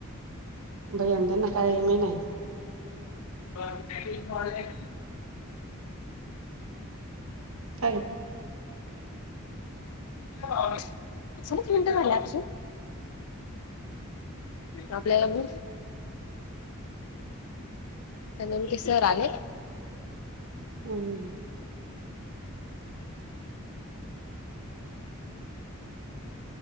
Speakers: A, on the right; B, on the left.
A: दहीहंडीला काही <unintelligible> नाही.
B: <unintelligible>
A: काय
B: <unintelligible> आपल्याला बोल. ते नेमके सर आले.
A: हम्म.